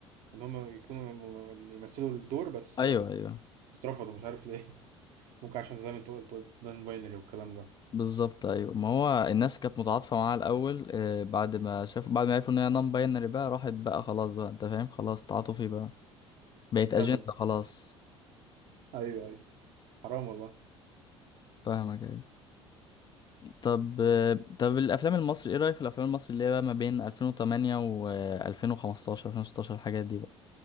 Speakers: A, on the right; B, on the left.
A: إن هم يكونوا م- م- يمثلوا الدور بس
B: ايوه
A: آه،
B: ايوه
A: اترفضوا مش عارف ليه <laughs> ممكن عشان زي ما أنت قلت نون باينري والكلام ده
B: بالظبط ايوه ما هو الناس كانت متعاطفة معاها الاول آه بعد ما شافوا بعد ما عرفوا ان هي نون باينري بقى راحت بقى خلاص بقى انت فاهم خلاص تعاطفي بقى بقت اجندة
A: هبل
B: خلاص
A: أيوه أيوه حرام والله
B: فاهمك ايوه طب آه، طب الافلام المصري ايه رأيك في الافلام المصري اللي هي بقى ما بين 2008 و 2015 2016 الحاجات دي بقى